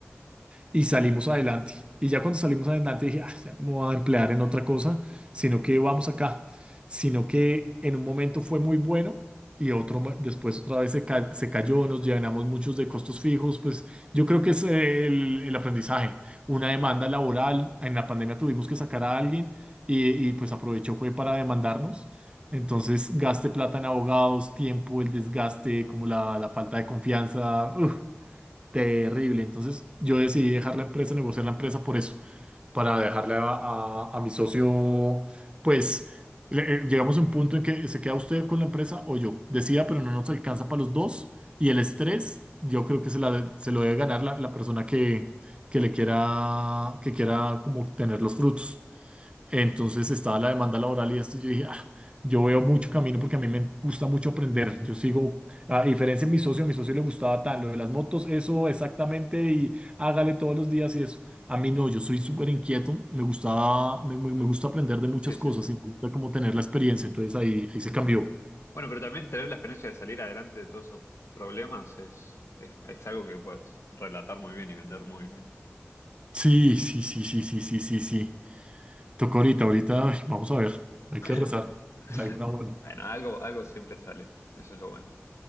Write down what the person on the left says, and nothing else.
Sí, sí,
sí, sí.
Bueno, pero también tener la experiencia de salir adelante de todos esos problemas es, es, es algo que puedes relatar muy bien y vender muy bien.
<laughs>
Bueno, algo, algo siempre sale. Eso es lo bueno.